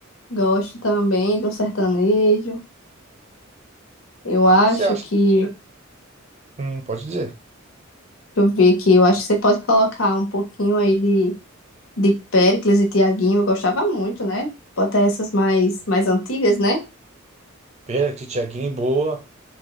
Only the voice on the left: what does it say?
gosto também de um sertanejo. Eu
acho
que, deixa
eu ver aqui, eu acho que você pode colocar um pouquinho aí de, de Péricles e Tiaguinho. Eu gostava muito, né? Botar essas mais, mais antigas, né?